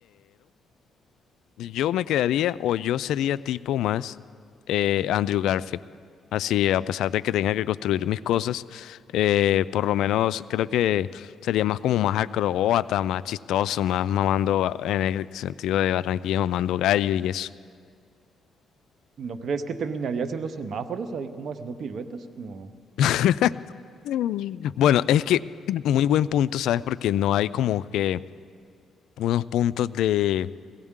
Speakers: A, on the left; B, on the right.
A: Yo me quedaría o yo sería tipo más eh, Andrew Garfield. Así, a pesar de que tenga que construir mis cosas, eh, por lo menos creo que sería más como más acrobata, más chistoso, más mamando a- en el sentido de Barranquilla, mamando gallo y eso.
B: ¿No crees que terminarías en los semáforos ahí como haciendo piruetas? Como,
A: <laughs> Mm. Bueno, es que <clears throat> muy buen punto, ¿sabes? Porque no hay como que unos puntos de,